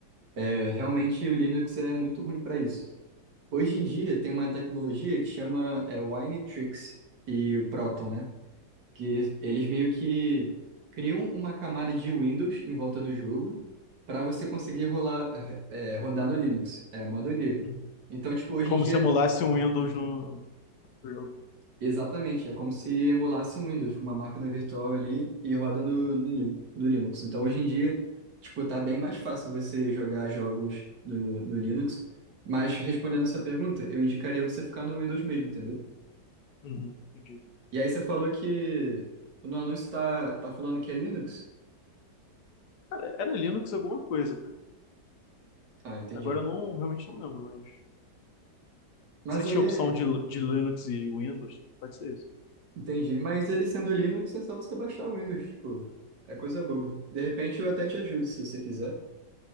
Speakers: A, on the right; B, on the left.
A: é, realmente o Linux é muito ruim para isso. Hoje em dia tem uma tecnologia que chama é, Winetrix e Proton, né? que eles meio que criam uma camada de Windows em volta do jogo para você conseguir rolar, é, rodar no Linux. É uma doideira.
B: Uhum.
A: Então, tipo, hoje
B: É como
A: em dia,
B: se emulasse um Windows no no jogo.
A: exatamente, é como se emulasse um Windows, uma máquina virtual ali e roda no, no, Lin- no Linux. Então, hoje em dia, tipo, tá bem mais fácil você jogar jogos no, no Linux. Mas respondendo essa pergunta, eu indicaria você ficar no Windows mesmo, entendeu?
B: Uhum, entendi.
A: E aí você falou que no anúncio tá, tá falando que é Linux.
B: Cara, era Linux alguma coisa, cara.
A: Ah, entendi.
B: Agora eu não realmente não lembro, mas.
A: Mas
B: Não sei
A: aí,
B: se tinha
A: é-
B: opção de, de Linux e Windows. Pode ser isso.
A: entendi. Mas ele sendo Linux, é só você baixar o Windows, tipo, é coisa boba. De repente eu até te ajudo, se você quiser.